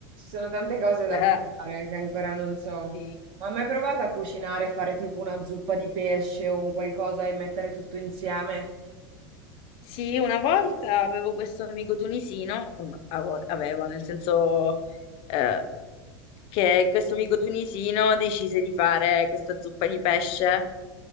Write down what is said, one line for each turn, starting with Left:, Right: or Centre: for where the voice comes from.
Right: sono tante cose da
Left: Eh,
Right: provare che ancora non so.
Left: sì.
Right: Ma hai mai provato a cucinare, fare tipo una zuppa di pesce o un qualcosa e mettere tutto insieme?
Left: Sì, una volta avevo questo amico tunisino, un- avo- avevo, nel senso eh, che questo amico tunisino decise di fare questa zuppa di pesce